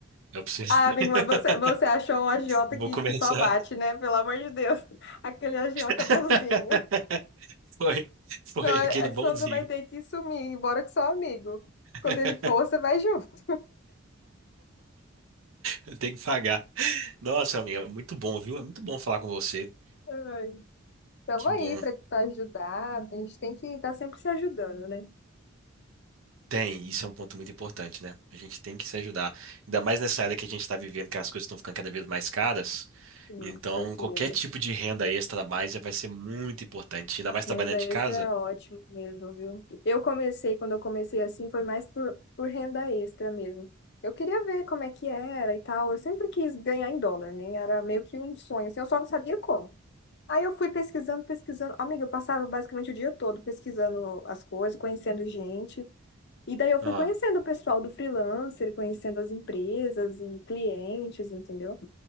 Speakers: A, on the right; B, on the left.
A: Eu preciso.
B: Ah,
A: <laughs>
B: amigo, mas você, você achou um agiota
A: Vou
B: que,
A: começar.
B: que só bate, né? Pelo amor de Deus. <laughs> Aquele agiota
A: <laughs>
B: bonzinho.
A: Foi, foi
B: então é-
A: aquele
B: é-
A: bonzinho.
B: senão você vai ter que sumir, embora que só amigo. Quando
A: <laughs>
B: ele for, você vai junto.
A: Eu Tenho que pagar. Nossa, amiga, muito bom, viu? É muito bom falar com você.
B: Ai. Tamo
A: Que
B: aí
A: bom.
B: pra te ajudar. A gente tem que estar sempre se ajudando, né?
A: Tem, isso é um ponto muito importante, né? A gente tem que se ajudar. Ainda mais nessa era que a gente está vivendo, que as coisas estão ficando cada vez mais caras.
B: Sim,
A: Então,
B: com certeza.
A: qualquer tipo de renda extra a mais vai ser muito importante. Ainda mais
B: Renda
A: trabalhando de
B: extra
A: casa.
B: é ótimo mesmo, viu? Eu comecei, quando eu comecei assim, foi mais por, por renda extra mesmo. Eu queria ver como é que era e tal. Eu sempre quis ganhar em dólar, né? Era meio que um sonho, assim, eu só não sabia como. Aí eu fui pesquisando, pesquisando. Amiga, eu passava basicamente o dia todo pesquisando as coisas, conhecendo gente. E daí eu fui
A: Ah.
B: conhecendo o pessoal do freelancer, conhecendo as empresas e clientes, entendeu?